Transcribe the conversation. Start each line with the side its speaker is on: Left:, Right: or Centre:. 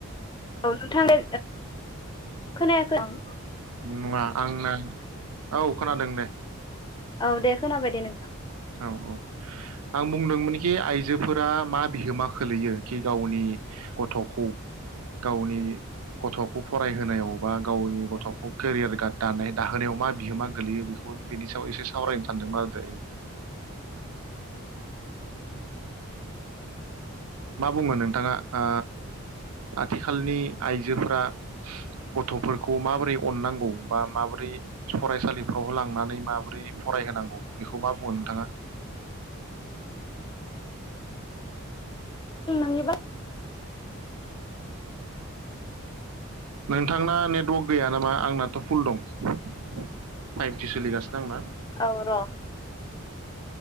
Left: औ नोंथां दे खोनायाखै अ
Right: नङा आंना औ खोनादों दे
Left: औ दे खोनाबाय दे नोंथां
Right: औ औ आं बुंदोंमोनखि आइजो आइजोफोरा मा बिहोमा खोलैयो खि गावनि गथखौ गावनि गथखौ फरायहोनायाव बा गावनि गथ'खौ केरियार गा दानाय दाहोनायाव मा बिहोमा गोलैयो बेखौ बेनि सायाव एसे सावरायनो सानदोंमोन आरो दायो मा बुङो नोंथाङा ओ आथिखालनि आइजोफोरा गथ'फोरखौ माबोरै अननांगौ बा माबोरै फरायसालिफ्राव लांनानै माबोरै फरायहोनांगौ बेखौ मा बुङो नोंथाङा
Left: नोंनिबा
Right: नोंथांना नेट वर्क गैया नामा आंनाथ फुल दं फाइफ जि सोलिगासिनो <unintelligible>
Left: औ र'